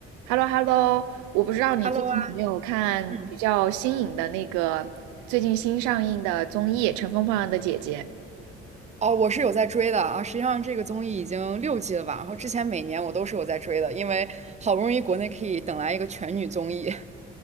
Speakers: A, on the right; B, on the right.
A: h e l l o h e l l o 我不知道你最近有没有看比较新颖的那个最近新上映的综艺《乘风破浪的姐姐》，
B: Hello 啊，嗯，哦，我是有在追的啊。实际上，这个综艺已经六季了吧？然后之前每年我都是有在追的，因为好不容易国内可以等来一个全女综艺。<laughs>